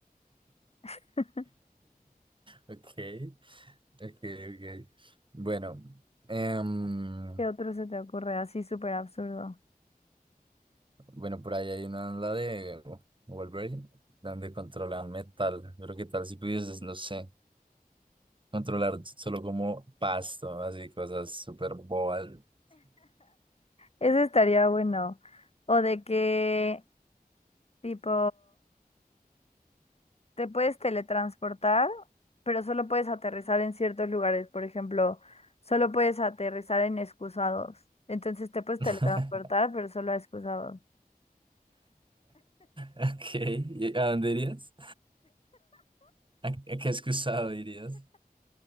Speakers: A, on the left (about 40°); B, on the right (about 30°).
A: <laughs>
B: Ok, ok, ok. Bueno, em,
A: ¿Qué otro se te ocurre? Así súper absurdo.
B: Bueno, por ahí hay una la de Wolverine, donde controlan metal. Pero qué tal si pudieses, no sé, controlar solo como pasto, así cosas súper bobas.
A: Eso estaría bueno. O de que, tipo, te puedes teletransportar, pero solo puedes aterrizar en ciertos lugares. Por ejemplo, solo puedes aterrizar en excusados. Entonces te puedes
B: <laughs>
A: teletransportar, pero solo a excusados.
B: Ok, ¿y a dónde irías? ¿A, a qué excusado irías?